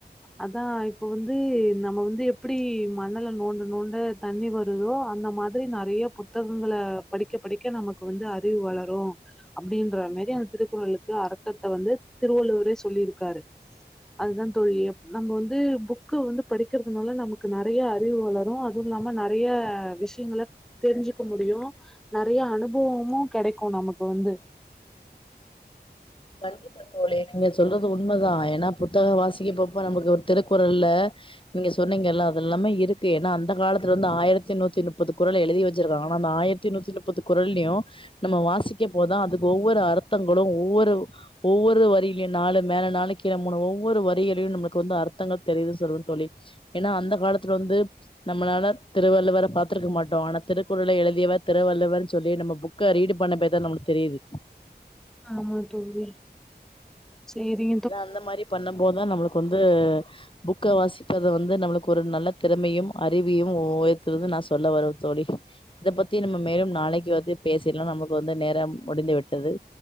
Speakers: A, in the centre; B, on the left.
A: அதான் இப்போ வந்து நம்ம வந்து எப்டி மணல்ல நோண்ட நோண்ட தண்ணி வருதோ அந்த மாதிரி நெறைய புத்தகங்கள படிக்க படிக்க நமக்கு வந்து அறிவு வளரும் அப்படின்ற மாரி அந்த திருக்குறளுக்கு அர்த்தத்த வந்து திருவள்ளுவரே சொல்லியிருக்காரு அதுதான் தோழி நம்ம வந்து புக்கு வந்து படிக்கிறதுனால நமக்கு நெறைய அறிவு வளரும் அது இல்லாம நெறைய விஷயங்கல தெரிஞ்சுக்க முடியும் நெறைய அனு பவமுவு கிடைக்கும் நமக்கு வந்து
B: கண்டிப்பா தோழி நீங்க சொல்றது உண்மதான் ஏன்னா புத்தகம் வாசிக்க போரப்ப நமக்கு திருக்குறள்ல நீங்க சொன்னீங்கல்லாம் அது எல்லாமே இருக்கு ஏன்னா அந்த காலத்துல வந்து ஆயிரத்தி நூத்தி முப்பது குரல எழுதி வச்சிருக்கங்க ஆனா அந்த ஆயிரத்தி நூத்தி முப்பது குரலயும் நம்ம வாசிக்க போதான் அதுக்கு ஒவ்வொரு அர்த்தங்களும் ஒவ்வொரு ஒவ்வொரு வரியிலயையும் நாலு மேல நாலு கீழ மூணு ஒவ்வொரு வரிகளையும் நமளுக்கு வந்து அர்த்தங்கள் தெரிதுன் சொல்லுவ தொழி ஏன்னா அந்த காலத்துல வந்து நம்மளால திருவள்ளுவர பாத்திருக்க மாட்டோம் ஆனா திருக்குறளைக்ஷ எழுதியவ திருவள்ளுவர்ன்னு சொல்லி நம்ம புக்க ரீடு பண்ண போயி தான் நமளுக்கு தெரியுது
A: ஆமா தோழி செரி
B: ஏன்னா அந்த மாரி பண்ண போது தான் நம்மளுக்கு வந்து புக்க வாசி க்கதுல வந்து நம்மளுக்கு ஒரு நல்ல திறமையும் அறிவியும் ஒ ஒயர்த்தது நா சொல்ல வருவே தோழி இத பத்தி நம்ம மேலும் நாளைக்கு வந்து பேசிடலாம் நமக்கு வந்து நேரம் முடிந்து விட்டது